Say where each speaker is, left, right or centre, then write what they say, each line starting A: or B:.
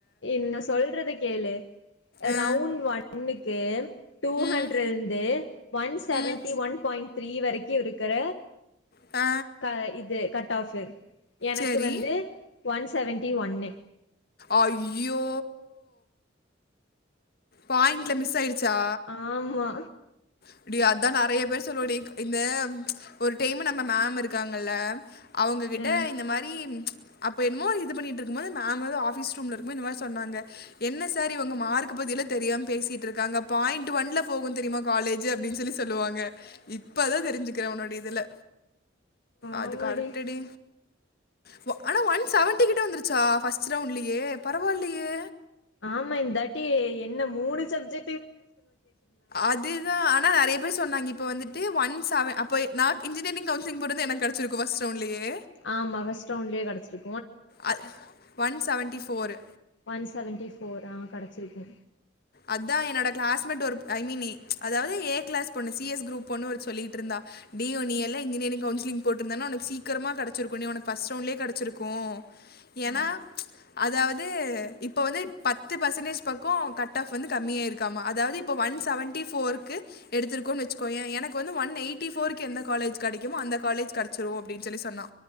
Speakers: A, on the left (about 70°); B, on the left (about 50°).
A: எ நா சொல்றத கேளு அ
B: ஆ
A: ரவுண்ட் ஒன்க்கு டூ
B: ம்
A: ஹண்ட்ருந்து ஒன் செவன்டி
B: ம்
A: ஒன் பாயிண்ட் த்ரீ வரைக்கு இருக்கற
B: ஆ
A: க இது கட் ஆஃப்பு எனக்கு
B: சேரி
A: வந்து ஒன் செவன்ட்டி ஒன்னு
B: ஐயோ பாயிண்ட்ல மிஸ் ஆயிடுச்சா
A: ஆமா
B: அப்படியா அதா நறய பேர் சொல்வடி இந்த ஒரு டைமு நம்ம மேம் இருக்காங்கல்ல அவுங்ககிட்ட
A: ஆ
B: இந்த மாரி அப்போ என்னமோ இது பண்ணிட்ருக்கும் போது மேம் வந்து ஆபீஸ் ரூம்ல இருக்கும்போ இந்த மாரி சொன்னாங்க என்ன சார் இவுங்க மார்க் பத்திலா தெரியாம பேசீட்ருக்காங்க பாயிண்ட் ஒன்ல போகு தெரிமா காலேஜ்ஜு அப்டின்னு சொல்லி சொல்லுவாங்க இப்பதா தெரிஞ்சு க்கற உன்னோட இதுல அது
A: ஆமாடி
B: கரெக்ட்டு டி வ அனா ஒன் செவன்டி கிட்ட வந்துருச்சா ஃபஸ்ட் ரவுண்ட்லயே பரவால்லயே
A: ஆமா இந்தாட்டி என்ன மூணு சப்ஜெ
B: அதுதா அனா நறையா பேர் சொன்னாங்க இப்ப வந்துட்டு ஒன் செவ அப்போய் நா இன்ஜினிரிங் கவுஸ்லிங் போட்ருந்தா எனக் கெடச்சிருக்கு ஃபஸ்ட் ரவுண்ட்லயே
A: ஆமா ஃபர்ஸ்ட் ரவுண்டுலயே கெடச்சிரு
B: அ one seventy four
A: one seventy four ஆ கெடச்சிருக்கு
B: அதா என்னோட கிளாஸ்மேட் ஒரு ஐ மீன்யி அதாவது ஏ கிளாஸ் பொண்ணு சி எஸ் குரூப் பொண்ணு ஒ சொல்லீட்ருந்தா டி
A: ம்
B: ஓ நீ எல்ல இன்ஜினிரிங் கவுன்சிலிங் போட்ருந்தனா உனக்கு சீக்கரமா கெடச்சிருக்கு நீ உனக்கு பஸ்ட் ரவுண்லயே கெடச்சிருக்கு எனா
A: ஆமா
B: அதாவது இப்போ வந்து பத்து பர்சன்டேஜ் பக்கோ கட் டாஃப் வந்து கம்மியாயிருக்காமா அதாவது இப்ப ஒன் செவன்டி போருக்கு எடுத்துருக்கோனு வச்சுக்கோயே எனக்கு வந்து ஒன் எயிட்டி போர்க் எந்த காலேஜ் கெடைக்குமோ அந்த காலேஜ் கெடசிரு அப்டின்னு சொல்லி சொன்னா